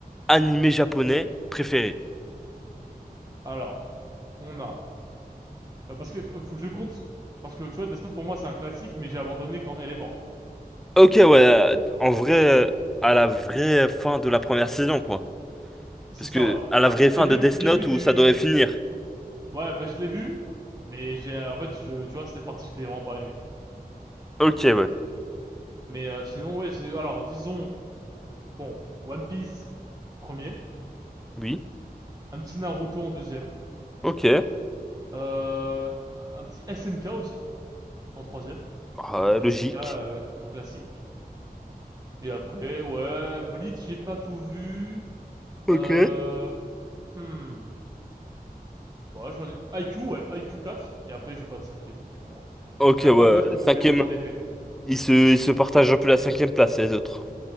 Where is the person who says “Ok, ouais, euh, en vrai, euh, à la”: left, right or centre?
Centre